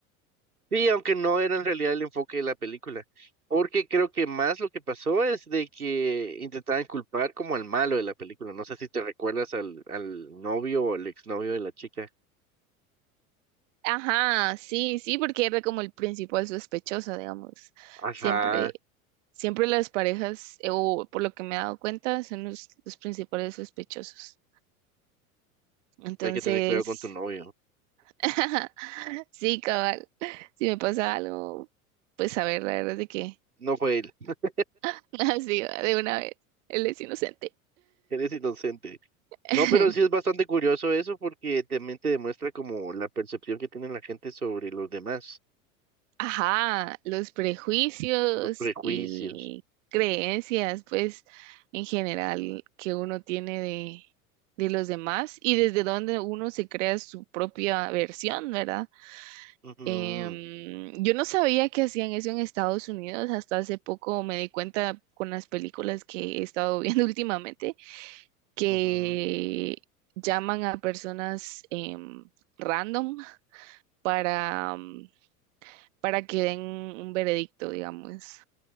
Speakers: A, on the right; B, on the right.
A: sí, aunque no era en realidad el enfoque de la película, porque creo que más lo que pasó es de que intentaban culpar como al malo de la película, no sé si te recuerdas al, al novio o al exnovio de la chica.
B: Ajá, sí, sí, porque era como el principal sospechoso, digamos.
A: Ajá,
B: Siempre, siempre las parejas, eh, o por lo que me he dado cuenta, son los, los principales sospechosos. Entonces,
A: hay que tener cuidado con tu novio,
B: <laughs> sí, cabal, si me pasa algo, pues a ver, la verdad es de que,
A: no fue él, <laughs>
B: <laughs> así, de una vez, él es inocente.
A: eres inocente.
B: <laughs>
A: No, pero sí es bastante curioso eso porque también te demuestra como la percepción que tiene la gente sobre los demás,
B: Ajá, los prejuicios
A: los prejuicios.
B: y creencias, pues, en general, que uno tiene de, de los demás y desde donde uno se crea su propia versión, ¿verdad?
A: Ujú,
B: Em, yo no sabía que hacían eso en Estados Unidos, hasta hace poco me di cuenta con las películas que he estado viendo <laughs> últimamente, que
A: ujú.
B: llaman a personas em, random para, mm, para que den un veredicto, digamos.